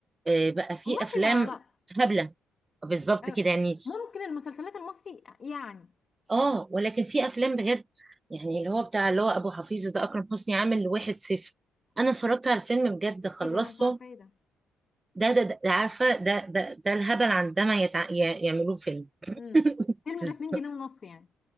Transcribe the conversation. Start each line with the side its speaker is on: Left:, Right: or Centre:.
Right: آه، بقى فيه
Left: المصري
Right: افلام
Left: ما لا
Right: هبله بالظبط
Left: اه،
Right: كده يعني
Left: ممكن المسلسلات المصري يعني
Right: اه ولكن في افلام بجد يعني اللي هو بتاع اللي هو ابو حفيظ ده اكرم حسني عامل واحد صفر انا اتفرجت على الفيلم بجد خلصته
Left: ايه ده انا مش عارفه ايه ده
Right: ده ده, ده عارفه ده ده ده الهبل عندما يتع... ي- يعملوه فيلم <laughs>
Left: امم فيلم ب 2 جنيه ونص يعني